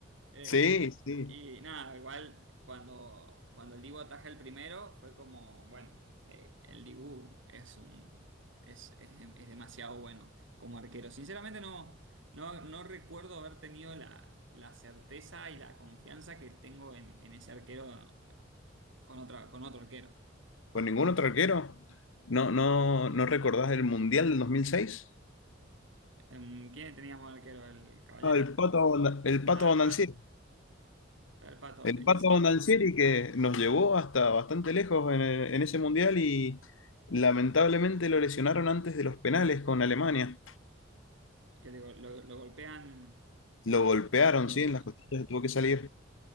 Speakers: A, on the right (about 75°); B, on the left (about 85°).
A: Eh,
B: Sí, sí.
A: Y nada, igual cuando, cuando el Dibu ataja el primero fue como, bueno, eh, el Dibu es un es, es, es demasiado bueno como arquero. Sinceramente no, no, no recuerdo haber tenido la, la certeza y la confianza que tengo en, en ese arquero con otra, con otro arquero.
B: Con ningún otro arquero. ¿No, no, no recordás el Mundial del 2006?
A: Em, ¿Quién teníamos arquero? ¿El Caballero?
B: Ah, el Pato, Abonda- el Pato
A: Ah,
B: Abondancieri.
A: el Pato. Está el Pato.
B: El
A: Eh,
B: Pato
A: sí,
B: Abondancieri que nos llevó hasta bastante lejos en, en ese Mundial y lamentablemente lo lesionaron antes de los penales con Alemania.
A: que le go- lo, lo golpean.
B: Lo golpearon,
A: lo-
B: sí, en
A: lo-
B: las costillas, tuvo que salir.